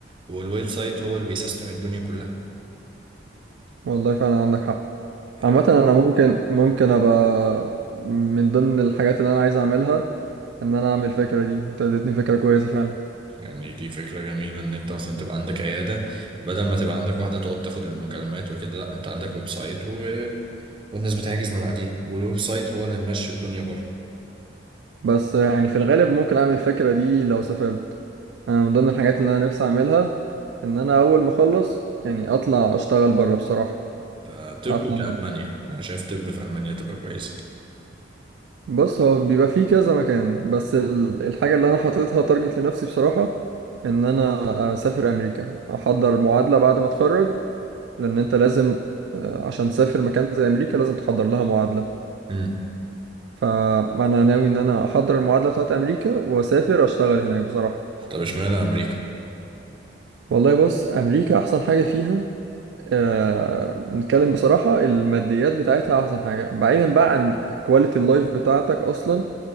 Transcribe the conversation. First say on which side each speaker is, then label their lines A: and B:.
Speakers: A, on the right (about 30°); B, on the right (about 75°).
A: والويب سايت هو اللي بيسيستم الدنيا كلها
B: والله فعلا عندك حق
A: يعني
B: عامة أنا اه ممكن ممكن أبقى من ضمن الحاجات اللي أنا عايز أعملها إن أنا أعمل الفكرة دي أنت اديتني فكرة كويسة فعلا
A: يعني دي فكرة جميلة إن أنت مثلا تبقى عندك عيادة بدل ما تبقى عندك واحدة تقعد تاخد المكالمات وكده لأ أنت عندك ويب سايت و... والناس بتحجز من عليه والويب سايت هو اللي ممشي الدنيا بره
B: بس يعني في الغالب ممكن أعمل الفكرة دي لو سافرت أنا من ضمن الحاجات اللي أنا نفسي أعملها إن أنا أول ما أخلص يعني أطلع أشتغل برا بصراحة
A: آه، طب
B: أطلع
A: كألمانيا أنا شايف طب في ألمانيا تبقى كويسة
B: بص هو بيبقى فيه كذا مكان بس ال- الحاجة اللي أنا حاططها تارجت لنفسي بصراحة إن أنا أسافر أمريكا أحضر معادلة بعد ما أتخرج لان انت لازم آه، عشان تسافر مكان زي امريكا لازم تحضر لها معادله
A: امم
B: فانا ناوي ان انا احضر المعادله بتاعت امريكا واسافر اشتغل هناك بصراحه
A: طب اشمعنى أمريكا؟
B: والله بص امريكا احسن حاجه فيها آه، بنتكلم بصراحه الماديات بتاعتها احسن حاجه بعيدا بقى عن كواليتي اللايف بتاعتك اصلا